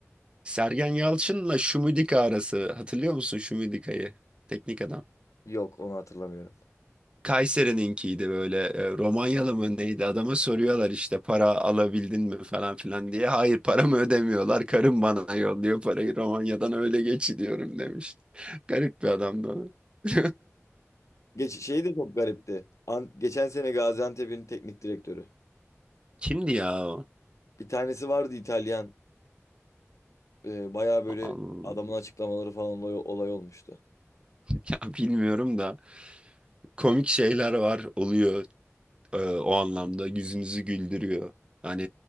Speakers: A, on the right; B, on the left.
A: Sergen Yalçın'la Şumidika arası. Hatırlıyor musun Şumidika'yı? Teknik adam.
B: Yok onu hatırlamıyorum.
A: Kayseri'ninkiydi böyle e, Romanyalı mı neydi adama soruyorlar işte para alabildin mi falan filan diye. Hayır paramı ödemiyorlar karım bana yolluyor parayı Romanya'dan öyle geçiriyorum demiş. <laughs> Garip bir adamdı o. <laughs>
B: Geç şey de çok garipti. An- geçen sene Gaziantep'in teknik direktörü.
A: Kimdi ya? o?
B: Bir tanesi vardı İtalyan. Ee, bayağı böyle
A: Al-
B: adamın açıklamaları falan olay, olay olmuştu.
A: Ya bilmiyorum da komik şeyler var oluyor e, o anlamda yüzünüzü güldürüyor. Hani